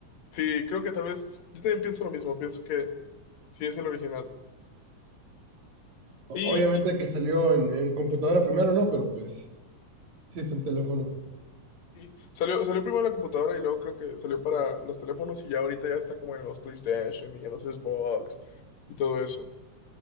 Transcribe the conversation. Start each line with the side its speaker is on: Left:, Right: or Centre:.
Left: Sí, creo que tal vez, yo también pienso lo mismo, pienso que sí es el original.
Right: O-
Left: Y,
Right: Obviamente
Left: y-
Right: que salió en, en computadora primero, ¿no? Pero pues sí es en teléfono.
Left: y salió, salió primero en la computadora y luego creo que salió para los teléfonos y ya ahorita ya está como en los PlayStation y en los Xbox y todo eso.